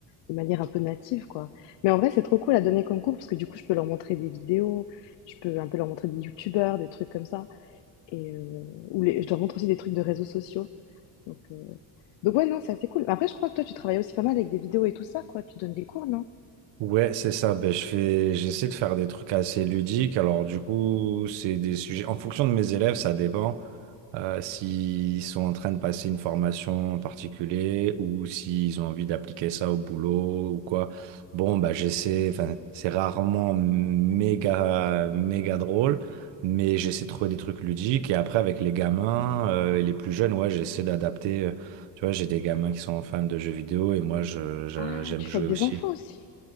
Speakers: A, on the left; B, on the right.
A: de manière un peu native quoi. Mais en vrai, c'est trop cool à donner comme cours parce que du coup je peux leur montrer des vidéos, je peux un peu leur montrer des youtubeurs, des trucs comme ça et heu, ou les je leur montre aussi des trucs de réseaux sociaux donc heu donc ouais, non, c'est assez cool. Après, je crois que toi, tu travailles aussi pas mal avec des vidéos et tout ça, quoi. Tu donnes des cours, non?
B: Ouais, c'est ça. Ben, je fais, j'essaie de faire des trucs assez ludiques. Alors, du coup, c'est des sujets. En fonction de mes élèves, ça dépend. euh, s'ils sont en train de passer une formation en particulier ou s'ils ont envie d'appliquer ça au boulot ou quoi. Bon, bah, j'essaie. Enfin, c'est rarement méga, méga drôle, mais j'essaie de trouver des trucs ludiques. Et après, avec les gamins, euh, et les plus jeunes, ouais, j'essaie d'adapter. euh, Tu vois, j'ai des gamins qui sont fans de jeux vidéo et moi, je, je-
A: Ah,
B: j'aime
A: tu
B: jouer
A: fais avec
B: aussi.
A: des enfants aussi.